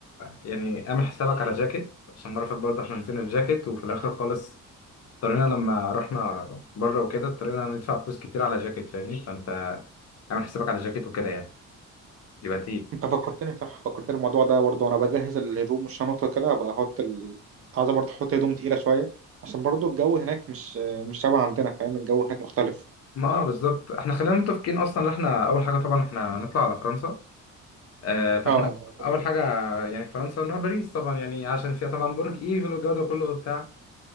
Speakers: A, on the left; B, on the right.
A: يعني اعمل حسابك على جاكيت عشان مرة فاتت برضه احنا نسينا الجاكيت وفي الآخر خالص اضطرينا لما رحنا بره وكده اضطرينا ندفع فلوس كتير على جاكيت فاهمني فأنت اعمل حسابك على جاكيت وكده يعني يبقى تقيل
B: <laughs> انت فكرتني صح فكرتني الموضوع ده برضه وانا بجهز الهدوم والشنط وكده ابقى احط ال... عايز برضه احط هدوم تقيله شويه عشان برضه الجو هناك مش مش شبه عندنا فاهم الجو هناك مختلف
A: ما آه بالظبط احنا خلينا متفقين اصلا ان احنا اول حاجه طبعا احنا نطلع على فرنسا آه فاحنا
B: اه كده
A: اول
B: كده
A: حاجه يعني فرنسا نروح باريس طبعا يعني عشان فيها طبعا برج ايفل والجو ده كله وبتاع